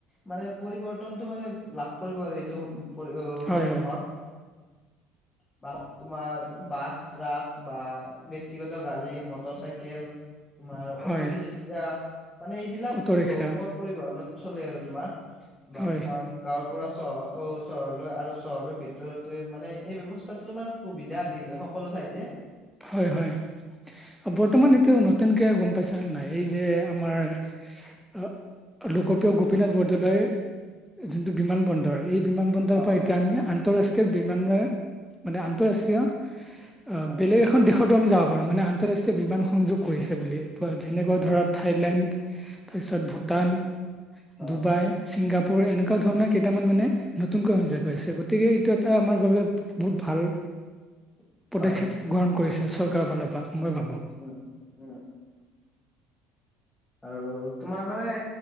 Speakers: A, on the left; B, in the centre.
A: মানে পৰিৱৰ্তনটো মানে লাভ কৰিব পাৰি, এইটো পৰি
B: হয়
A: পৰিবহন।
B: হয়
A: <inaudible> বা তোমাৰ বাছ, ট্ৰাক বা ব্যক্তিগত গাড়ী, মটৰ চাইকেল তোমাৰ অটো,
B: হয়
A: ৰিক্সা মানে এইবিলাক
B: অটো ৰিক্সা
A: অ পৰিবহনত চলে আৰু তোমাৰ, বা
B: হয়
A: তোমাৰ গাঁওৰ পৰা চহৰ অ চহৰলৈ আৰু চহৰৰ ভিতৰতে মানে এই ব্যয়ৱস্থাটো তোমাৰ সুবিধা আজিকালি সকলো ঠাইতে।
B: হয় হয় বৰ্তমান এতিয়া ন তেনকে গম পাইছা নাই, এই যে আমাৰ আ লোকপ্ৰিয় গোপীনাথ বৰদলৈয় যোনটো বিমান বন্দৰ এই বিমান বন্দৰ
A: অ
B: পৰা
A: অ
B: এতিয়া আমি আন আন্ত ৰাষ্ট্ৰীয় বিমান মানে আন্ত ৰাষ্ট্ৰীয় আ
A: হয়
B: বেলেগ এখন দেশতো আমি যাব পাৰোঁ মানে আন্তঃৰাষ্ট্ৰীয় বিমান সংযোগ কৰিছে বুলি, যেনেকুৱা
A: হয়
B: ধৰা থাইলেণ্ড তাৰপিছত ভূটান,
A: অ
B: ডুবাই, ছিংগাপুৰ এনেকুৱা
A: হয়
B: ধৰণৰ কেইটামান মানে নতুনকৈ সজৈ পাইছে, গতিকে এইটো এটা আমাৰ বাবে বহুত ভাল
A: <unintelligible>
B: পদক্ষেপ
A: হয়
B: গ্ৰহণ কৰিছে চৰকাৰৰ ফালৰ পৰা মই ভাবো।
A: <inaudible> আৰু তোমাৰ মানে